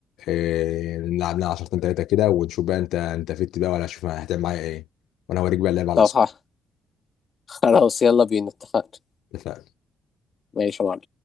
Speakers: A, on the left (about 85°); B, on the left (about 45°).
A: آه نلعب لنا 10 تلاته كده ونشوف بقى انت انت فت بقى ولا شوف هتعمل معايا ايه وانا هوريك بقى اللعب على
B: طب
A: الاصل
B: خ- <laughs> خلاص يلا بينا اتفقنا
A: اتفقنا
B: ماشي يا معلم